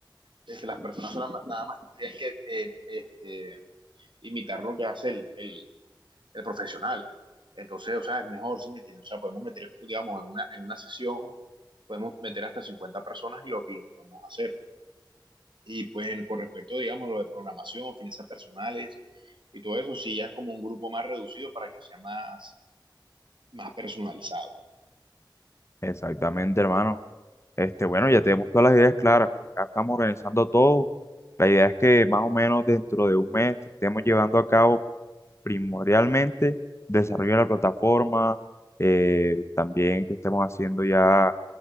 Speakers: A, on the right; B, on the left.
A: este, las personas solam- nada más tendrían que, eh, este, imitar lo que hace el, el, el profesional. Entonces, o sea, es mejor si me entiendes. O sea, podemos meter, digamos, en una, en una sesión, podemos meter hasta 50 personas y lo, y lo podemos hacer. Y pues con respecto, digamos, lo de programación, finanzas personales y todo eso, sí, ya es como un grupo más reducido para que sea más, más personalizado.
B: Exactamente, hermano. Este, bueno, ya tenemos todas las ideas claras. Ya estamos organizando todo. La idea es que más o menos dentro de un mes estemos llevando a cabo primordialmente desarrollo de la plataforma, eh, también que estemos haciendo ya